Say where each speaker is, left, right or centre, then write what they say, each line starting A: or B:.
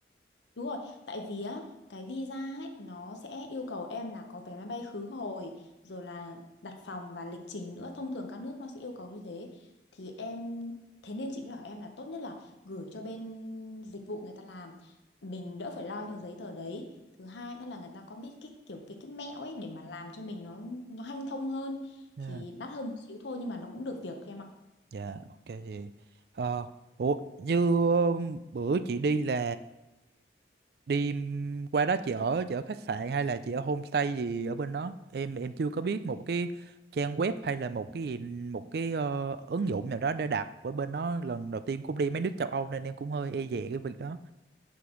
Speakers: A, on the left; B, on the right.
A: Đúng rồi, tại vì á, cái visa ấy, nó sẽ yêu cầu em là có vé máy bay khứ hồi, rồi là đặt phòng và lịch trình nữa. Thông thường các nước nó sẽ yêu cầu như thế. Thì em, thế nên chị mới bảo em là tốt nhất là gửi cho bên dịch vụ người ta làm. Mình đỡ phải lo những giấy tờ đấy. Thứ hai nữa là người ta có biết cái kiểu cái cái mẹo ấy để mà làm cho mình nó nó hanh thông hơn.
B: không
A: Thì đắt hơn một xíu thôi nhưng mà nó cũng được việc em ạ.
B: Dạ, ok chị. Ờ, ủa, như ờ, bữa chị đi là đi ừm, qua đó chị ở chị ở khách sạn hay là chị ở homestay gì ở bên đó? Em em chưa có biết một cái trang web hay là một cái gì một cái ờ, ứng dụng nào đó để đặt ở bên đó lần đầu tiên cũng đi mấy nước châu Âu nên em cũng hơi e dè cái việc đó.